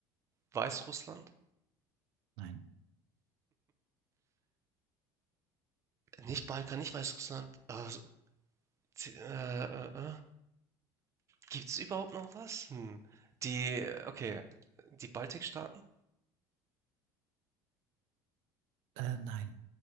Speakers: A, on the right; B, on the right.
A: Weißrussland?
B: nein,
A: Nicht Balkan, nicht Weißrussland. Aber, so- Z- äh, äh, äh. Gibt's überhaupt noch was? Hm. Die, okay, die Baltikstaaten?
B: äh, nein.